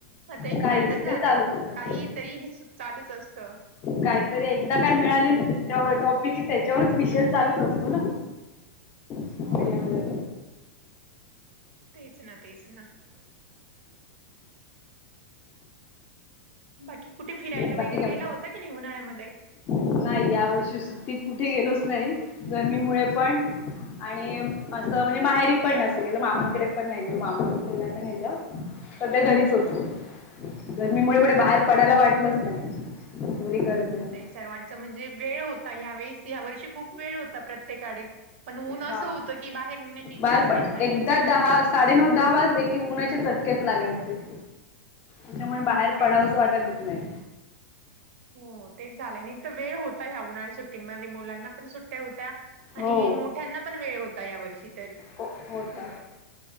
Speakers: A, on the right; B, on the left.
A: आता एक
B: काहीच
A: फॅडच झालंय,
B: ते चालूच असतं
A: काही तरी हे चालूच असतं.
B: कायतरी एकदा काय मिळालेल तेव्हा टॉपिकही त्याच्यावरच विषय चालूच होतो ना. मीडियामध्ये
A: हा. तेच ना, तेच ना. बाकी कुठे फिरायला
B: बाकी
A: वगैरे गेला होता की नाही उन्हाळ्यामध्ये?
B: नाय या वर्षी सुट्टीत कुठे गेलोच नाही गरमीमुळे पण. आणि असं म्हणजे माहेरी पण नसतं गेलं. मामांकडे पण नाही गेलो, मामा मुलांना नेलं. सध्या घरीच होतो. गरमीमुळे कुठे
A: हो
B: बाहेर
A: हो
B: पडायला वाटलंच नाही, एवढी गरमी आहे.
A: सर्वांचा म्हणजे वेळ होता, ह्यावेळेस ह्या वर्षी खूप वेळ होता प्रत्येकाडे. पण ऊन असं
B: हा
A: होतं की बाहेर निघण्याची इच्छाच
B: बाहेर पण
A: नाही झाली.
B: एकदा दहा साडेनऊ दहा वाजले की उन्हाचे चटकेच लागायचे. तेच्यामुळे बाहेर
A: तेच
B: पडावंचं
A: आहे.
B: वाटतच नाही.
A: हो तेच झालंय, नाही तर वेळ होता ह्या उन्हाळ्या सुट्टींमध्ये. मुलांना पण सुट्ट्या होत्या. आणि
B: हो
A: मोठ्यांना पण वेळ होता यावर्षी तर.
B: हो होत
A: हो,